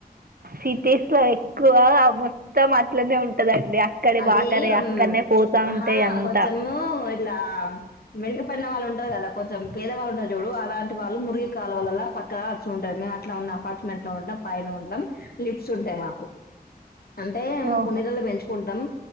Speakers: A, on the right; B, on the left.
A: సిటీస్లో ఎక్కువ మొత్తం అట్లనే ఉంటదండి అక్కడి
B: అది
A: వాటరే
B: హుమ్
A: అక్కడనే పోతా
B: ఆహా
A: ఉంటాయి అంతా
B: కొంచెము ఇట్లా వెనుక పడిన వాళ్ళు ఉంట ఉంటారు కదా కొంచెం పేదవాళ్ళుంటారు చూడు అలాంటి వాళ్ళు మురికి కాలువలల్ల పక్కన వచ్ ఉంటారు మేము అట్లా ఉన్న అపార్ట్మెంట్ లో ఉంటం పైన ఉంటాం లిఫ్ట్స్ ఉంటాయ్ మాకు అంటే ఆమె
A: ఓహో
B: కొణిదల్ని కుంటాం